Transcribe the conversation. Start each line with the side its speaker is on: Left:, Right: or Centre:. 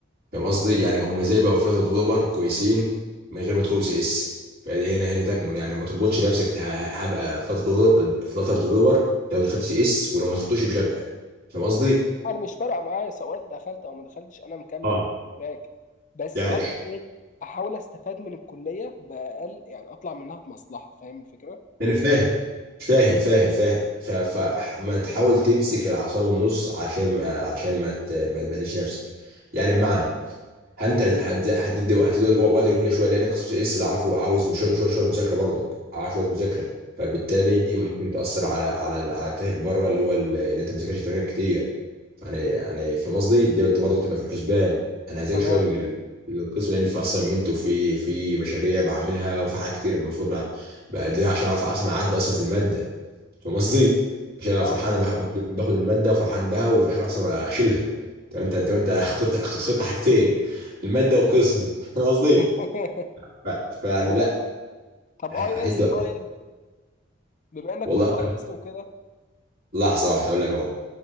Right: فاهم قصدي يعني هم ازاي بقوا فلاتر ديفلوبر كويسين من غير ما يدخلوا سي اس فدي هنا هنا تكمن يعني ما تربطش نفسك ته- هبقى فلاتر ديفلوبر لو دخلت سي اس ولو ما دخلتوش مش هبقى فاهم قصدي
Left: انا مش فارقه معايا سواء دخلت او ما دخلتش انا مكمل
Right: اه
Left: باك بس
Right: يعني
Left: قصدي ايه احاول استفاد من الكليه باقل يعني اطلع منها بمصلحه فاهم الفكره
Right: انا فاهم فاهم فاهم فاهم ف... فما تحاول تمسك العصا من النص عشان عشان ما ت... ما تبهدلش نفسك يعني بمعنى انت هتد هتدي هتدي وقت كل شويه لان قسم اس اللي اعرفه عاوز مش- شويه شويه مذاكره برضه عاوز شويه مذاكره فبالتالي ممكن تاثر على على على تاريخك بره اللي هو اللي انت ما ذاكرتش تاريخك كتير يعني يعني فاهم قصدي دي برضه تبقى في الحسبان انا هذاكر
Left: تمام
Right: شويه لل- للقسم لان في اصلا منتو في في مشاريع بعملها وفي حاجات كتير المفروض بقى بأديها عشان اعرف اصلا اعدي اصلا في الماده فاهم قصدي عشان انا
Left: فاهم.
Right: فرحان أنا باخد باخد الماده وفرحان بها وفي الاخر اصلا اشيلها طب انت انت انت خسرت خسرت حاجتين الماده والقسم <laughs> فاهم قصدي
Left: <laughs>
Right: ف- فيعني
Left: تمام
Right: لا
Left: طب
Right: ه-
Left: اي
Right: هتدوا
Left: اس طيب بما انك
Right: والله
Left: كنت اي اس وكده
Right: لحظه واحده اقول لك اهو